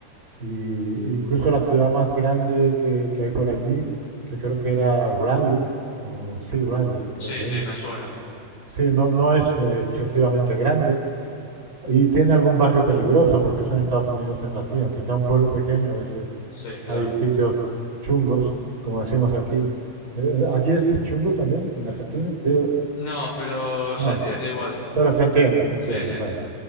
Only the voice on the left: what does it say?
Sí,
sí,
me suena.
Sí, claro.
No, pero se
entiende igual.
Porque...
Sí, sí.